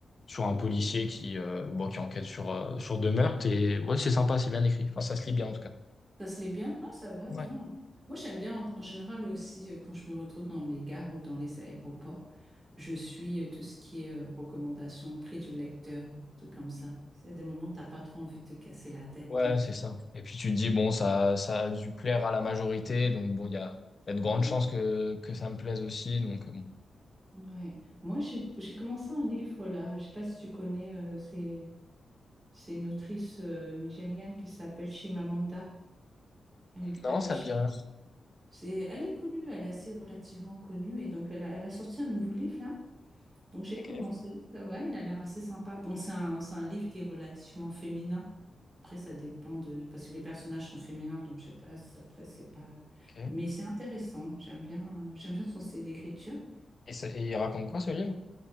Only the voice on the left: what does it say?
sur un policier qui, euh, bon, qui enquête sur, euh, sur deux meurtres. Et ouais, c'est sympa, c'est bien écrit. Enfin, ça se lit bien en tout cas.
Ouais.
Ouais,
c'est ça.
Et puis tu te dis, bon, ça, ça a dû plaire à la majorité, donc bon, il y a, il y a de grandes
chances que, que ça me plaise aussi, donc euh, bon.
Non,
ça me dit rien.
Ok,
ok.
Et, ça- et il raconte quoi ce livre?